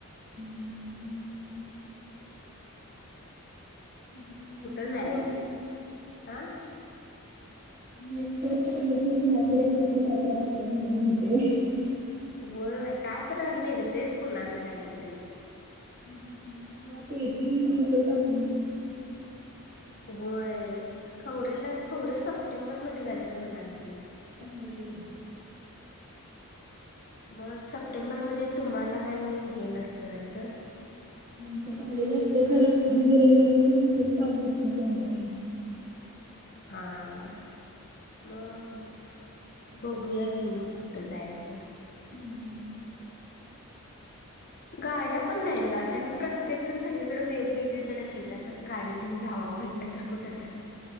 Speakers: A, on the right (about 35°); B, on the left (about 45°).
A: <unintelligible> <unintelligible>
B: कुठं
A: ग्रुप
B: जायचं?
A: वर
B: हं.
A: एकटच ठरलं की कुण तर एकटच काहीतरी असत म्हणून म्हणते.
B: होय. काय तर निघते कुणाचं काहीतरी.
A: <unintelligible> टाकली.
B: व्हय. खवरेला खवरे सप्टेंबरमध्ये काहीतरी म्हणाल ती.
A: हम्म.
B: मग सप्टेंबरमध्ये तुम्हाला काय हे नसते वाटत.
A: म्हणजे काली रस्ते खरं म्हणजे रविवार किठे नसलेल काल पेशन दे का?
B: हां. मग? बघूया घे मग कुठं जायचं?
A: हम्म.
B: गाड्या पण नाहीत ग अस आणि प्रत्येक जण सगळीकडे वेगवेगळीकडेच आहेत असं गाडी घेऊन जावं म्हटलं तर कुठ तर.